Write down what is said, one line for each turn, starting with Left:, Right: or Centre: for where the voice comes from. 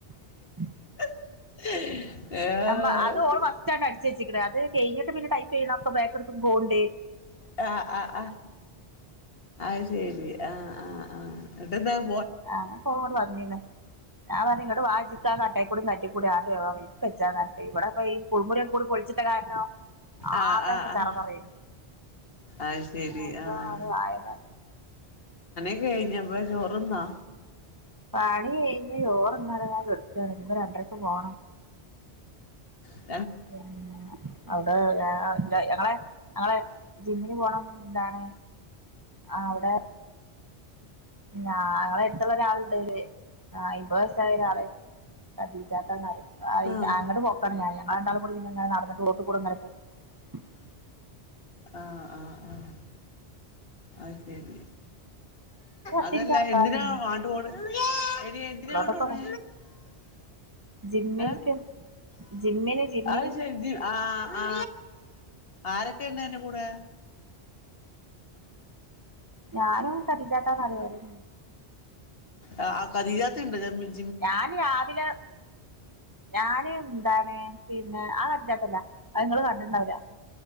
Right: <inaudible>
Left: <unintelligible> ആഹ്
Right: <unintelligible> അത് ഓൾ ഫസ്റ്റ് അടി ച്ച്ചെക്കണ് അത് കെയിഞ്ഞിട്ട് പിന്നെ ടൈപ്പ് ചെയ്യണോക്കെ ബേക്കടുത്ത്പോണ്ട്
Left: ആഹ് ആ ആ ശെരി ആഹ് ആഹ് ആ <unintelligible>
Right: ആഹ് <unintelligible> വന്നിന് ഞാൻപറഞ്ഞ് ഇങ്ങട്ട്‌വാ ഇജ് ആ കട്ടേ ക്കൂടെ കാട്ടികൂടെയാണ് <unintelligible> ഇവിടെപ്പൊ ഈ കുൾമുറിക്കെ കൂടെ പൊളിച്ചിട്ട കാരണോ
Left: ആഹ്
Right: ആകെക്കെ
Left: ആഹ് ആഹ്
Right: ചറ പറയണ്
Left: അത് ശരി
Right: അപ്പൊ
Left: ആഹ്
Right: അത് ആയതാ
Left: കഴിഞ്ഞപ്പോചോറ് തിന്നോ
Right: പണി കഴിഞ്ഞ ചോറ്ന്ന് ഇങ്ങനെകിടക്കാണ് ഇനി രണ്ടരയ്ക്ക പോകണം
Left: ഉ <inaudible>
Right: ഉ അവിടെ ല്ല ഞങ്ങളെ ജിമ്മിന് പോണം എന്താണ് ആവ്ടെ ഞങ്ങളെ എടുത്തുള്ള ഒരാള് ഉണ്ട് ഇരൂപത് വയസായ ഒരാള് കതിാത്തന്ന <unintelligible> ആ
Left: ആഹ്
Right: അങ്ങട്ട പോക്കാണ് ഞാ ഞങ്ങളണ്ടാുംൂങ്ങന നടന്നട്ട് ോട്ട് കൂടെ അങ്ങനെ പോും <unintelligible>
Left: ആഹ ആഹ ആഹ അത് ശരി
Right: ഒരു പത്തിൻറ്റ്
Left: അതല്ല
Right: നടക്കാനുണ്ട്
Left: എന്തിനാ വണ്ട പോണ് ഇനി എന്തിനണ്ട
Right: ഉള്ളോട്ട്
Left: പോണ്
Right: ക്ക് ജിമ്മിൽക്ക്
Left: ഏ
Right: ജിമ്മിന് ജിമ്മിന്
Left: അത്ച ആ ആ ആരൊക്കെ ഉണ്ട് എന്റെ കൂടെ
Right: ഞാനും കടച്ചാട്ടാന്ന് അറിയല്ല
Left: ആ ആ ഖദീജാതത്ത ഉണ്ടോ ജിമ്മിന്
Right: ഞാന് രാവിലെ ഞാന് എന്താണ് പിന്നെ ആ അജാത്തല്ല നിങ്ങള്ൾ കണ്ടിണ്ടാവില്ല